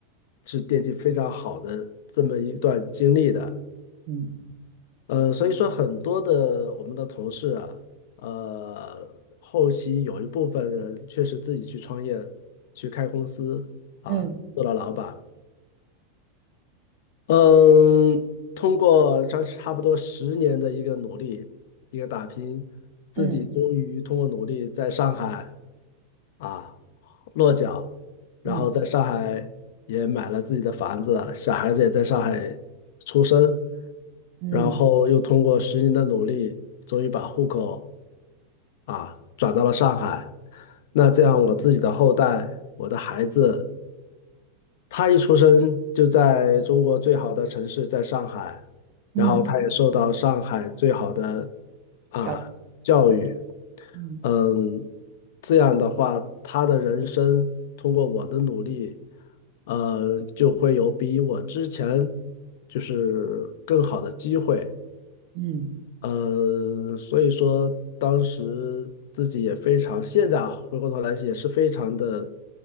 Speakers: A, on the left; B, on the right.
A: 是奠定非常好的这么一段经历的。
B: 嗯
A: 呃，所以说很多的我们的同事啊，呃，后期有一部分人确实自己去创业，去开公司啊，
B: 嗯
A: 做了老板，嗯，通过差差不多十年的一个努力，一个打拼，自己终于通过努力在上海
B: 嗯
A: 啊落脚，然后在上海也买了自己的房子，
B: 嗯
A: 小孩子也在上海出生，
B: 嗯
A: 然后又通过十年的努力，终于把户口啊转到了上海。那这样我自己的后代，我的孩子。他一出生就在中国最好的城市，在上海，
B: 嗯，
A: 然后他也受到上海最好的啊教育，
B: 小，嗯
A: 嗯，这样的话，他的人生通过我的努力，呃，就会有比我之前就是更好的机会。
B: 嗯
A: 呃，所以说当时自己也非常，现在啊回过头来也是非常的